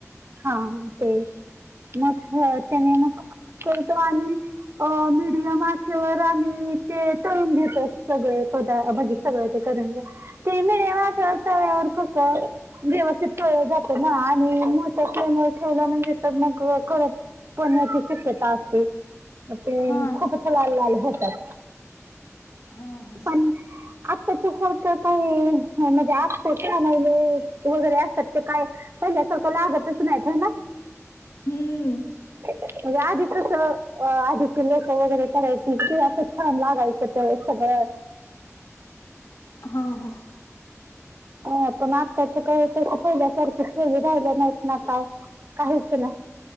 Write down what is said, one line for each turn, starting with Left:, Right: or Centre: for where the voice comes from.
Right: हा ते. मग त्याने मगतो आणि मिडीयम अस. आचेवर आम्ही ते तळून घेतोय सगळं पदा भाजी सगळे ते करंज्या ते मी वत. <unintelligible> कसं. व्यवस्थित तळलं जातं ना. आणि मोठ ठेवलं म्हणजे तर मग करपतंय. पण्याची शक्यता असते, ते
Left: हा
Right: खूपच लाल-लाल होतात.
Left: हा हा
Right: पण आताच्या खोड तर काही म्हणजे नाहीले वगैरे असतात. ते काय पहिल्यासारखं लाआगतच नाहीत ना.
Left: हम्म.
Right: म्हणजे आधीचच आधीचे लोकं वगैरे करायची की. असं छान लागायचं ते सगळं. ह.
Left: हा हा.
Right: आताच काय पहिल्यासारखं चवी राहिल्या नाहीत ना काय. काहीच ना.